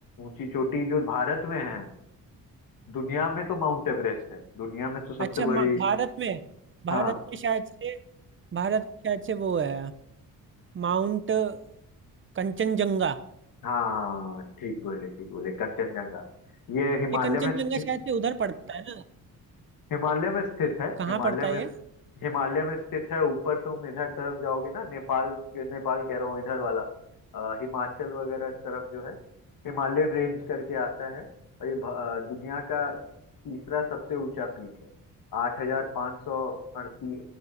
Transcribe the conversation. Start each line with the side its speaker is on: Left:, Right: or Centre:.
Left: ऊंची चोटी जो भारत में है दुनिया में तो माउंट एवरेस्ट है दुनिया में तो सबसे
Right: अच्छा मा-
Left: बड़ी
Right: भारत में भारत
Left: हाँ
Right: में शायद से भारत में शायद से वो है माउंट कंचनजंगा
Left: हाँ हाँ, ठीक बोले ठीक बोले कंचनजंगा ये हिमालय
Right: ये कंचनजंगा
Left: में स्थित
Right: शायद से उधर पड़ता है ना
Left: हिमालय में स्थित है
Right: कहाँ
Left: हिमालय
Right: पड़ता
Left: में
Right: है ये
Left: हिमालय में स्थित है ऊपर तुम इधर तरफ जाओगे ना नेपाल नेपाल कह रहा हूँ इधर वाला अ, हिमाचल वगैरह तरफ जो है हिमालयन रेंज करके आता है और ये भ- अ, दुनिया का तीसरा सबसे ऊंचा पीक है आठ हजार पाँच सौ अड़ती